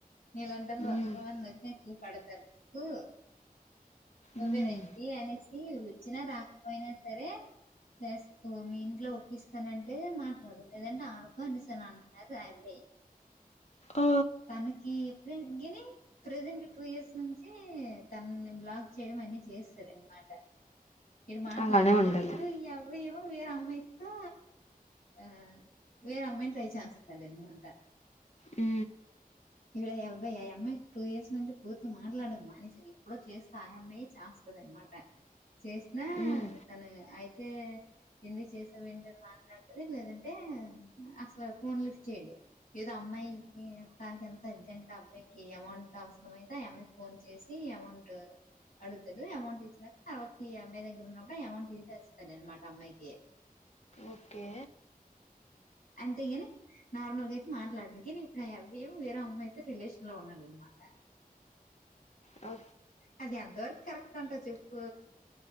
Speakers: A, on the left; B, on the left.
A: నీలంటల్
B: ఉమ్
A: వంద వ క్ కడత హ ను్వ
B: ఉమ్
A: న అనిసి వచ్చినా రాకపోయినా సరే చేస్త మీ ఇంట్లో ఒప్పస్తానంటే మాట్లాడు లేదంటే ఆడుకో అనేసాను అంటున్నారు రాయిబాయి
B: ఆ
A: తనకి ఎప్పుడ యిని ప్రెజెంట్ టూ ఇయర్స్ నుంచి తనని బ్లాక్ చేయడం అన్ని చేస్తారు అనమాట ఇడు మాట్లాడట్లేదు
B: అలానే ఉండాలి
A: ఇప్పుడు ఈ అవ్వయేవో వేరే అమ్మాయితో ఆ వేరే అమ్మాయిని ట్రై చేస్తాడు అనమాట
B: ఉ
A: ఇవిడ ఆ అబ్బాయి ఆ అమ్మాయి టూ ఇయర్స్ నుంచి పూర్తి మాట్లాడం మానిసిని ఎప్పుడో చేస్త ఆ అమ్మాయియే చేస్తది అనమాట చేసినా
B: ఉమ్
A: తను అయి అయితే ఎందు చేసావి ఏంటని మాట్లాడుతది లేదంటే అసలు ఫోన్ లిఫ్ట్ చేయ్యడు ఏదో అమ్మాయికి తనికి ఎం సజ్జంట అబ్బాయికి అమౌంట్ అవసరం అయితే ఆ అమ్మాయికి ఫోన్ చేసి అమౌంట్ అడుగుతాడు అమౌంట్ ఇ తరావత్తి ఈ అబ్బాయి దగ్గర ఉన్నప్పుడు అమౌంట్ తీసేస్తాడు అనమాట అమ్మాయికి
B: ఓకే
A: అంతే గిని నార్మల్గా మాట్లాడడు కానీ ఇప్పుడు అవ్వేం వేరే అమ్మయితే రిలేషన్ లో ఉన్నాడు అనమాట
B: ఓ
A: అది ఎంతవరకు కరెక్ట్ అంటావ్ చెప్పు